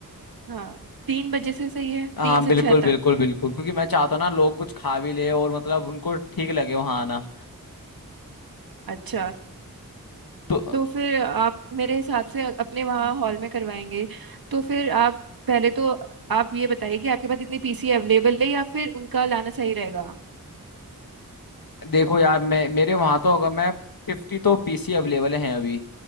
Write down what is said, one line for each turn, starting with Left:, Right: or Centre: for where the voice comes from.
Right: हाँ तीन बजे से सही है
Left: हाँ
Right: तीन से
Left: बिल्कुल
Right: छह
Left: बिल्कुल
Right: तक
Left: बिल्कुल क्योंकि मैं चाहता हूँ ना लोग कुछ खा भी ले और मतलब उनको ठीक लगे वहाँ आना
Right: अच्छा
Left: तो
Right: तो फिर आप मेरे हिसाब से अपने वहाँ हॉल में करवाएंगे तो फिर आप पहले तो आप ये बताइए कि आपके पास इतनी पीसी अवेलेबल है या फिर उनका लाना सही रहेगा
Left: देखो यार मैं मेरे वहां तो अगर मैं फिफ्टी तो पीसी अवेलेबल हैं अभी